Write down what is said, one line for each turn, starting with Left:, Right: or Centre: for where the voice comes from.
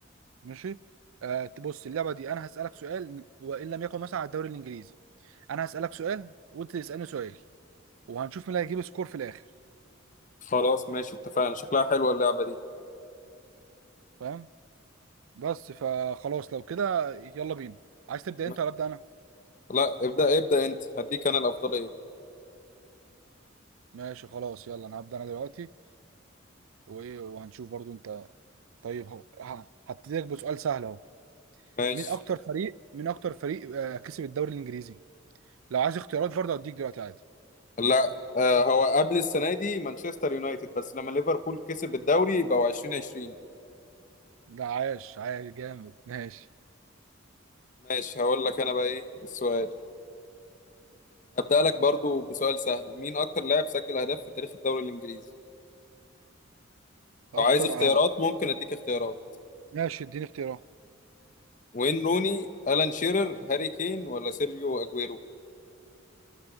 Right: ماشي آه بص اللعبه دي انا هسالك سؤال وان لم يكن مثلا على الدوري الانجليزي انا هسالك سؤال وانت تسالني سؤال وهنشوف مين اللي هيجيب سكور في الاخر
Left: خلاص ماشي اتفقنا شكلها حلوة اللعبة دي
Right: فاهم بس فخلاص لو كده يلا بينا عايز تبدا
Left: لا
Right: انت ولا ابدا انا
Left: لا، ابدأ ابدأ انت هديك انا الأفضلية
Right: ماشي خلاص يلا انا هبدا انا دلوقتي وايه وهنشوف برضو انت طيب هو ها- هبتديك بسؤال سهل اهو
Left: ماشي
Right: مين اكتر فريق من اكتر فريق آه، كسب الدوري الانجليزي لو عايز اختيارات برضه هديك دلوقتي عادي
Left: لا آه هو قبل السنة دي مانشستر يونايتد بس لما ليفربول كسب الدوري يبقوا 2020
Right: لا عايش عايش جامد ماشي
Left: ماشي هقول لك انا بقى ايه السؤال هبدأ لك برضو بسؤال سهل مين اكتر لاعب سجل اهداف في تاريخ الدوري الانجليزي لو
Right: اكتر
Left: عايز اختيارات
Right: آه،
Left: ممكن اديك اختيارات
Right: ماشي اديني اختيارات
Left: وين روني ألان شيرر هاري كين ولا سيرجيو اجويرو